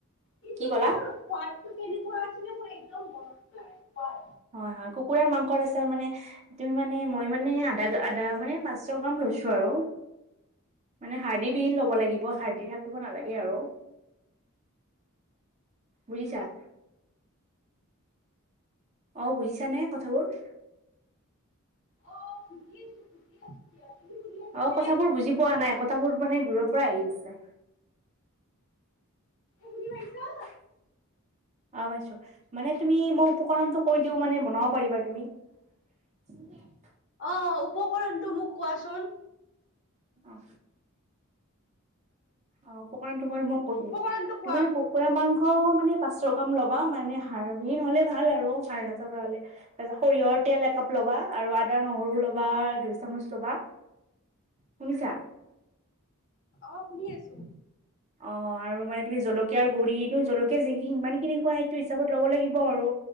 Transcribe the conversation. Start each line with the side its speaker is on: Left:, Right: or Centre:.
Left: কিন্তু
Right: কি ক'লা?
Left: মোৰ সোৱাদটো কেনেকুৱা আছিলে মোৰ একদম মনত নাই ক।
Right: হয়-হয়, কুকুৰাৰ মাংসৰ আচাৰ মানে তুমি মানে মই মানে আ আধা মানে পাচশ গ্ৰাম কৈছোঁ আৰু। মানে শাৰদি বিহিন ল'ব লাগিব শাৰদি থাকিব নালাগে আৰু। বুজিছা। অ বুজিছানে কথাবোৰ?
Left: অ' বুজি আছো বুজি আছো দিয়া তুমি বুজি আছানে
Right: অ কথাবোৰ
Left: এতিয়া
Right: বুজি পোৱা নাই কথাবোৰ মানে দূৰৰ পৰা আহি আছে।
Left: বুজি
Right: <unintelligible>
Left: পাইছা?
Right: অ পাইছো, মানে তুমি মই উপকৰণটো কৈ দিও মানে বনাব পাৰিবা তুমি। উম। <unintelligible>
Left: অঁ, উপকৰণটো মোক কোৱাচোন।
Right: অঁ অঁ, উপকৰণটো বাৰু মই কৈ দিও,
Left: উপকৰণটো কোৱা।
Right: তুমি আৰু কুকুৰা মাংস- অ মানে পাঁচশ গ্ৰাম ল'বা, মানে হাৰবিহিন হলে ভাল আৰু হাৰ নাথকা হলে তাৰপা সৰিয়ৰ তেল একাপ ল'বা আৰু আদা নহৰু লবা দুই চামুচ ল'বা। শুনিছা?
Left: অহ শুনি আছো।
Right: অ আৰু মানে তুমি জলকীয়াৰ গুৰি জলকীয়া যিখিনি সিমান খিনি খোৱা সেইটো হিচাপত ল'ব লাগিব আৰু।